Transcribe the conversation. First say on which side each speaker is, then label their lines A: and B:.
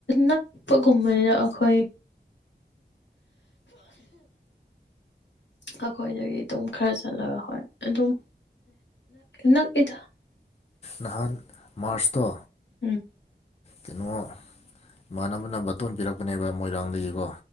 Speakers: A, on the left (about 80°); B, on the left (about 35°).
A: ꯅꯛꯄꯒꯨꯝꯕꯅꯤꯅ ꯑꯩꯈꯣꯏ ꯑꯩꯈꯣꯏꯗꯒꯤ ꯑꯗꯨꯝ ꯈꯔ ꯆꯠꯂꯒ ꯍꯣꯏ ꯑꯗꯨꯝ ꯅꯛꯏꯗ
B: ꯅꯍꯥꯟ ꯃꯥꯔꯁꯇꯣ
A: ꯎꯝ
B: ꯀꯩꯅꯣ ꯏꯃꯥꯟꯅꯕꯅ ꯕꯇꯣꯟ ꯄꯤꯔꯛꯄ ꯄꯅꯦꯕ ꯃꯣꯏꯔꯥꯡꯗꯒꯤꯀꯣ